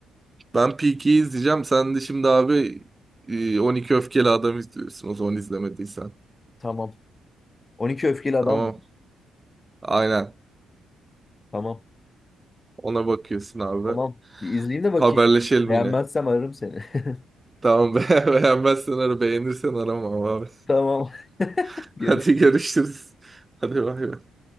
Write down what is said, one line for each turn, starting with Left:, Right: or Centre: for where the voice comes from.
Right: Ben Peaky'yi izleyeceğim. Sen de şimdi abi e, 12 Öfkeli Adam izliyorsun o zaman izlemediysen.
Left: Tamam. 12 Öfkeli Adam.
Right: Tamam.
Left: mı?
Right: Aynen.
Left: Tamam.
Right: Ona bakıyorsun abi.
Left: Tamam. Bir izleyeyim de bakayım.
Right: Haberleşelim
Left: Beğenmezsem
Right: yine.
Left: ararım seni. <laughs>
Right: Tamam be <laughs> beğenmezsen ara beğenirsen arama abi.
Left: Tamam. <laughs>
Right: <laughs>
Left: Görüşürüz.
Right: Hadi görüşürüz. Hadi bay bay.